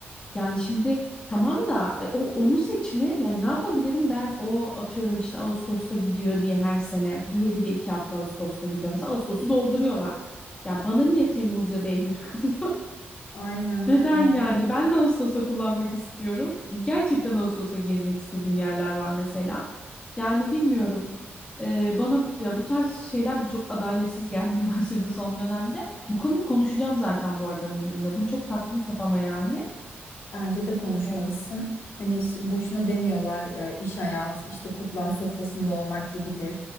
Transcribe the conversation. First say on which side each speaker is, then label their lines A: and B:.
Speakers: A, on the left (about 25°); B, on the left (about 85°).
A: Yani şimdi tamam da e, o onu seçme. Yani ne yapabilirim ben o atıyorum işte Ağustos'ta gidiyor diye her sene. Diğeri de iki hafta Ağustos'ta gidiyor. Mesela Ağustos'u dolduruyorlar. Ya bana niye Temmuz ya da Eylül <laughs> kalıyor?
B: Aynen
A: Neden
B: öyle.
A: yani? Ben de Ağustos'ta kullanmak istiyorum. Gerçekten Ağustos'ta gezmek istediğim yerler var mesela. Yani bilmiyorum. Ee, bana ya bu tarz şeyler de çok adaletsiz gelmeye <laughs> başladı son dönemde. Bu konuyu konuşacağım zaten bu arada müdürümle. Bunu çok taktım kafama yani.
B: Bence de konuşmalısın.
A: Bilmiyorum.
B: Hani şi- boşuna demiyorlar e, iş hayatı işte kurtlar sofrasında olmak gibidir.